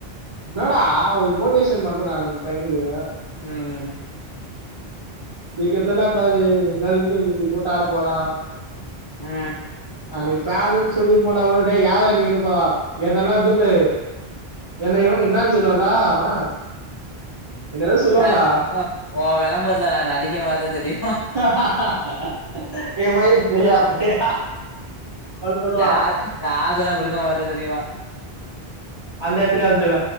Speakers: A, on the right; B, on the left.
A: என்னாடா ஒரு மோட்டிவேஷன் பண்ணுடா அந்த பையனுக்கு
B: ம்
A: <unintelligible>
B: ஆ
A: நாளைக்கு காலேருந்து சொல்லி போட்டா கூட டேய் யாரா நீ போரா என்னடா <unintelligible> என்ன இவன் என்ன சொன்னான்டா அவன் என்ன ஏதோ சொல்லுவான்டா
B: ஆ ஓ ஓன் வெளம்பரத்துல நான் நடிக்க மாட்டேன் தெரியு
A: <unintelligible> <unintelligible> பண்ணுவான்
B: நான் நான் அதுலாம் குடுக்க மாட்டேன்னு சொல்லிருவேன்
A: அந்த என்ன சொல்ல